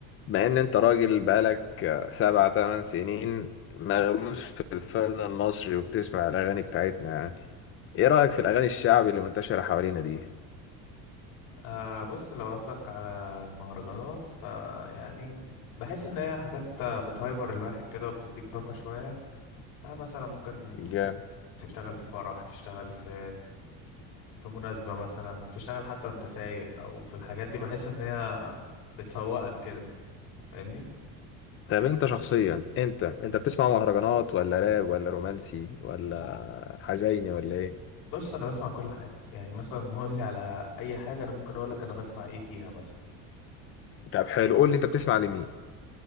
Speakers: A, on the left; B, on the left.
A: مع ان انت راجل بقالك سبع تمن سنين مغروس في الفن المصري وبتسمع الاغاني بتاعتنا يعني ايه رأيك في الاغاني الشعبي اللي منتشرة حوالينا دي
B: آه بص لو قصدك على المهرجانات فيعني بحس ان هي حاجات بتهايبر الواحد كده وبتديك طاقة شوية آه مثلا ممكن
A: جامد
B: تشتغل في فرح تشتغل في في مناسبة مثلا تشتغل حتى وانت سايق او في الحاجات دي بحس ان هي بتفوقك كده فاهمني
A: طب انت شخصيا انت انت بتسمع مهرجانات ولا راب ولا رومانسي ولا حزيني ولا ايه
B: بص انا بسمع كل حاجة يعني مثلا <laughs> قول لي على اي حاجة انا ممكن اقول لك انا بسمع ايه فيها مثلا
A: طب حلو قول لي انت بتسمع لمين